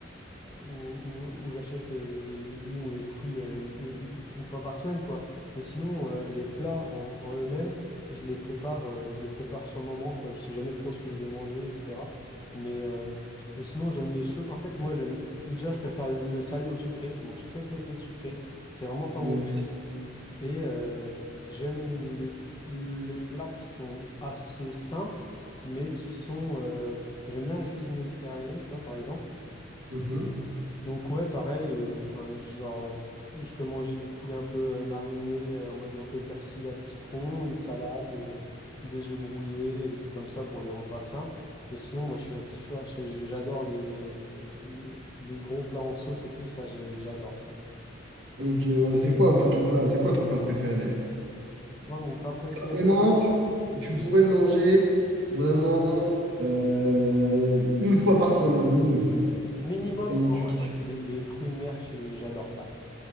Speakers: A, on the left (about 25°); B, on the right (about 65°).
A: où, où- où j'achète euh, les légumes ou les fruits euh, u- u- une, fois par semaine, quoi. Mais sinon, euh, les plats en, en eux-mêmes, je les prépare, euh, je les prépare sur le moment, quoi. Je sais jamais trop ce que je vais manger, etc. Mais, euh, mais sinon, j'aime les choses. En fait, moi, j'aime. Déjà, je préfère le le salé au sucré. Je mange très très peu de sucré. C'est vraiment pas
B: Mhm.
A: mon truc. Et euh, j'aime les, les plats qui sont assez simples, mais qui sont... euh, j'aime bien la cuisine méditerranéenne, tu vois, par exemple.
B: Mhm.
A: Donc ouais, pareil, euh, enfin, genre, euh, je peux manger du poulet un peu euh, mariné, euh, en mode un peu persillade citron, une salade, euh, des œufs brouillés, euh, des trucs comme ça pour des repas simples. Mais sinon, moi, je suis un kiffeur, je- j'adore les, les, les gros plats en sauce et tout, ça, j'ai- j'adore ça.
B: Ok, ouais, c'est quoi un peu ton plat? C'est quoi ton plat préféré d'ailleurs?
A: Moi, mon plat préféré...
B: Vraiment, tu tu pourrais le manger vraiment euh, une fois par semaine minimum,
A: Minimum,
B: tellement
A: en
B: tu
A: vrai,
B: kiffes.
A: moi, c'est les, les fruits de mer, je- j'adore ça.